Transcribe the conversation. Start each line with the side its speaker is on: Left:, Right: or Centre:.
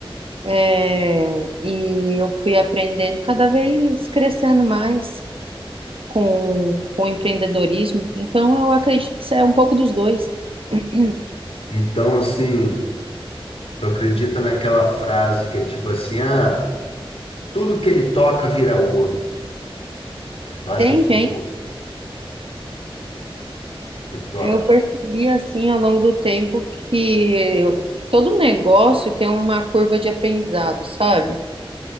Right: É, e eu fui aprendendo cada vez crescendo mais com, com empreendedorismo. Então, eu acredito que isso é um pouco dos dois. <clears throat>
Left: Então, assim, tu acredita naquela frase que é tipo assim, ah, tudo que ele toca vira ouro. Tu acha
Right: Tem,
Left: isso?
Right: tem.
Left: O que tu
Right: Eu
Left: acha?
Right: percebi, assim, ao longo do tempo que eu- todo negócio tem uma curva de aprendizado, sabe?